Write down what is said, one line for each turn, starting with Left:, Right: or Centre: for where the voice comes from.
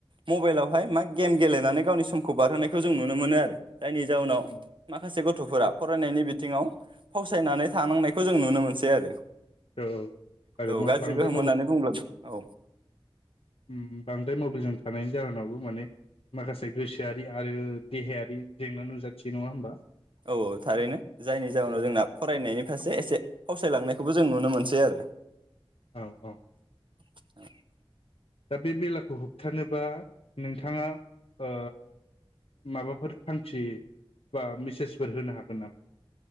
Right: मबाइलावहाय मा गेम गेलेनानै गावनि समखौ बारहोनायखौ जों नुनो मोनो आरो। जायनि जाउनाव
Left: उम
Right: माखासे गथ गथफोरा फरायनायनि बिथिङाव फावसायनानै थानांनायखौ जों नुनो मोनसै आरो
Left: औ औ आरो
Right: औ गाज्रि
Left: बांद्राय
Right: गोहोम होननानै बुंब्ला औ
Left: उम उम बांद्राय मबाइलजों थानायनि जाहोनावबो माने माखासे गोसोआरि आरो देहायारि जेंना नुजाथियो नङा होमबा
Right: औ-औ थारैनो जायनि जाहोनाव
Left: औ
Right: जोंना फरायनायनि सासे एसे फावसायलांनायखौबो जों नुनो मोनसै आरो।
Left: औ-औ
Right: <unintelligible>
Left: दा बे बेलाखौ होबथानोबा नोंथाङा ओ माबाफोर थांखि बा मेसेजफोर होनो हागोन नामा?